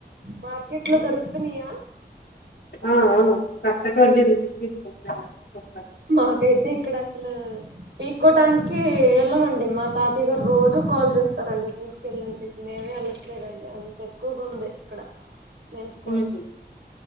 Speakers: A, on the right (about 85°); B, on the left (about 75°).
A: మార్కెట్ లో దొరుకుతున్నాయా
B: ఆ ఆ <inaudible>
A: మాకైతే ఇక్కడ అసలు పీకోటానికే ఏళ్ళమండి మా తాతగారు రోజు కాల్ చేస్తారండి తీసుకెళ్ళండి మేమే వెళ్ళట్లేదండి అంతే ఎక్కువగా ఉంది ఇక్కడ మెంతుకూరా
B: ఉహు